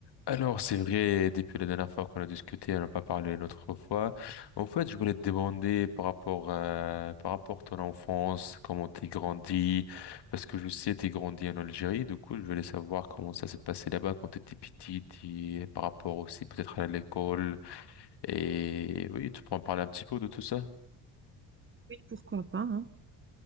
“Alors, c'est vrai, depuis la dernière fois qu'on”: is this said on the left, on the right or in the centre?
Left